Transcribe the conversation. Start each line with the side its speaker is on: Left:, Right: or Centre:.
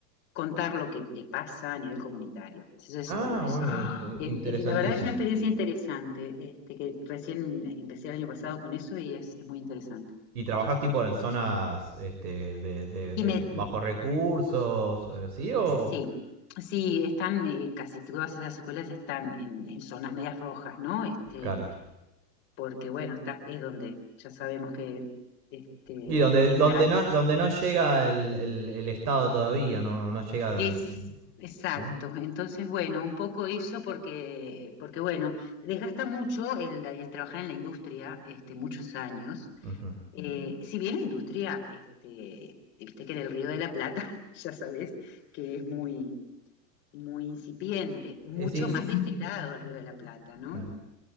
Left: contar lo que le pasa a nivel comunitario. Entonces,
Right: Ah,
Left: bueno, es,
Right: bueno, es
Left: eh,
Right: interesantísimo.
Left: eh, la verdad es una experiencia interesante, este, que recién empecé el año pasado con eso y es, es muy interesante.
Right: ¿Y trabajas tipo en zonas este, de, de-
Left: Y
Right: de
Left: me
Right: bajos recursos, eh, sí o
Left: Sí, sí, están, eh, casi todas esas escuelas están en, en zonas medias rojas, ¿no? Este,
Right: claro?
Left: porque bueno, está, es donde ya sabemos que este,
Right: Y donde
Left: en general
Right: donde no donde no llega el, el- el Estado todavía, no no llega,
Left: es exacto.
Right: ¿no?
Left: Entonces, bueno, un poco eso porque, porque bueno, desgasta mucho el, el trabajar en la industria, este, muchos años.
Right: Ujú.
Left: Eh, si bien la industria, este, viste que en el Río de la Plata, <laughs> ya sabes, que es muy muy incipiente, mucho
Right: Es ins-
Left: más destilado el Río de la Plata, ¿no?
Right: claro.